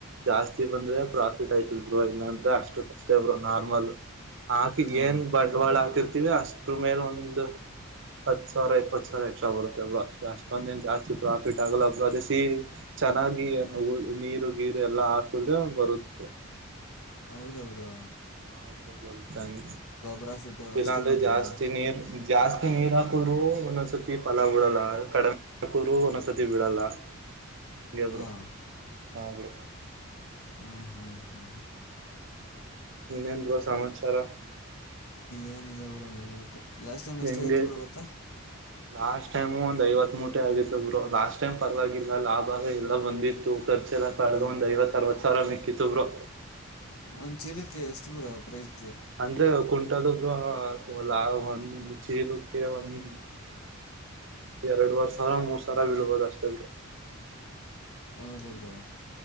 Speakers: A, on the right (about 55°); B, on the left (about 80°).
A: ಜಾಸ್ತಿ ಬಂದ್ರೆ ಪ್ರಾಫಿಟ್ ಆಯ್ತಲ್ರು ಇಲ್ಲಾಂದ್ರೆ ಅಷ್ಟು ಕಷ್ಟೇ ಬರು ನಾರ್ಮಲ್ ಆಾಕಿ
B: ಹಾಂ
A: ಏನ್ ಬಂಡವಾಳ ಹಾತಿರ್ತಿೀವಿ ಅಷ್ಟ್ರ ಮೇಲೆ ಒಂದು ಹತ್ ಸಾವಿರ ಇಪ್ಪತ್ತು ಸಾವಿರ ಎಕ್ಸ್ಟ್ರಾ ಬರುತ್ತೆಬ್್ರರು ಅಷ್ಟೇ ಅಷ್ಟೊಂದ ದನ್ ಜಾಸ್ತಿ ಪ್ರಾಫಿಟ್ ಆಗಲ್ಲಬ್ರು ಅದೇ ಸಿ ಚೆನ್ನಾಗಿ ಏನ ನೀರು ಗೀರು ಎಲ್ಲಾ ಹಾಕುದ್ರೆ ಬರುತ್
B: ಹೌದ ಅವ್ರಾ
A: ಹ್ರ ಬರುತಂಗ
B: ಪ್ರಾಫಿಟ್ಟು
A: ಇಲ್ಲಾಂದ್ರೆ
B: ಅಷ್ಟೇ ಬಂದರೆ
A: ಜಾಸ್ತಿ ನೀರ್ ಜಾಸ್ತಿ ನೀರಾಕೂರು ಒಂದೊಂದ್ಸರ್ತಿ ಫಲ ಉಡಲ್ಲ ಕಡಿಮೆ ಕೂರು ಒಂದಸತಿ ಬಿಡಲ್ಲ ನಮ್ಗೆಬ್ರು
B: ಹಾಂ
A: ಹಾಗೆ
B: ಹಾ ಹಾ ಹಾ
A: ಇನ್ನೆನು ಸಮಾಚಾರ
B: ಏನಿಲ್ಲ ಬ್ರೋ ಹೇಳ್ಬೇಕು ಲಾಸ್ಟ್ ಟೈಮ್ ಎಷ್ಟಾಗಿತ್ತು
A: ಹೆಂಗೆ
B: ಬರೋ ಗೊತ್ತಾ
A: ಲಾಸ್ಟ್ ಟೈಮ್ು ಒಂದು ಐವತ್ ಮೂಟೆ ಆಗಿತ್ತುಬ್ರು ಲಾಸ್ಟ್ ಟೈಮ್ ಪರವಾಗಿಲ್ಲ ಲಾಭ ಎಲ್ಲ ಬಂದಿತ್ತು ಖರ್ಚಲ್ಲ್ದ
B: ಹಾಂ
A: ಒಂದು ಐವತ್ ಅರವತ್ ಸಾವಿರ ಮಿಕ್ಕಿತ್ತುಬ್ರು
B: ಒಂದ್ ಚೀಲಕ್ಕೆ ಎಷ್ಟು ಬರ ಪ್ರೈಸ್
A: ಅಂದ್ರೆ ಕುಂಟಲುಬ್ ಲ ಒಂದು ಚೀಲು ಕಿರೆ ಒಂದ
B: <inaudible>
A: ಎರಡುುವರ್ ಸಾವಿ ಮೂರ್ ಸಾವರ ಬಿಳ್ಬೋುದ ಅಷ್ಟೇ ಬಿರು
B: ಹೌದ ಬ್ರ